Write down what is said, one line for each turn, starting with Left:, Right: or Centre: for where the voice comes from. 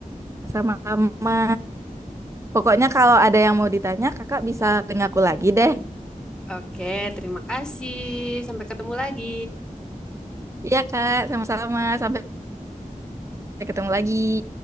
Right: Sama-sama. Pokoknya kalau ada yang mau ditanya, kakak bisa tanya aku lagi deh.
Centre: Oke, terima kasih. Sampai ketemu lagi.
Right: Iya, Kak. Sama-sama. Sampai ketemu lagi.